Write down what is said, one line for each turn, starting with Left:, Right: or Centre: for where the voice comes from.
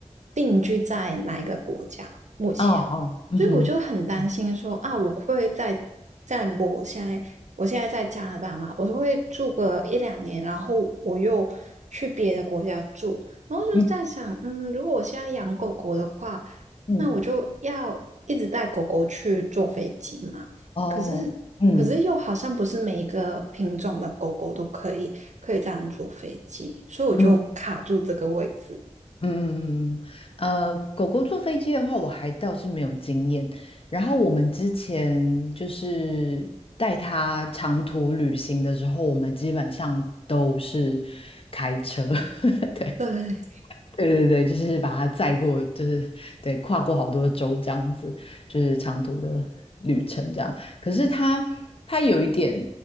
Right: 定居在哪一个国家目前，
Left: 哦哦，嗯哼，
Right: 所以我就很担心说啊，
Left: 嗯
Right: 我会不会在在我现在我现在在加拿大嘛，我就会住个一两年，然后我又去别的国家住，然后就在想，
Left: 嗯
Right: 嗯，如果我现在养狗狗的话。
Left: 嗯，
Right: 那我就要一直带狗狗去坐飞机嘛。
Left: 哦，
Right: 可是，
Left: 嗯
Right: 可是又好像不是每一个品种的狗狗都可以可以这样坐飞机，所以我就卡住这个位置。
Left: 嗯嗯嗯嗯，呃，狗狗坐飞机的话，我还倒是没有经验。然后我们之前就是带它长途旅行的时候，我们基本上都是开车，<laughs> 对。
Right: 对，
Left: 对对对，就是把它载过，就是对跨过好多州这样子，就是长途的旅程这样。可是他他有一点